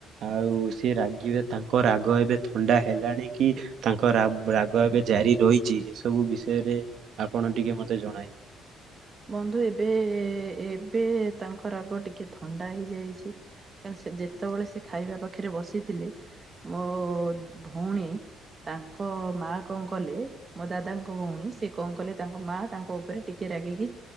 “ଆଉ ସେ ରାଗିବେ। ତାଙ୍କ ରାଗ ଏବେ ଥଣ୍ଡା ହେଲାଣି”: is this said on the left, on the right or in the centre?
Right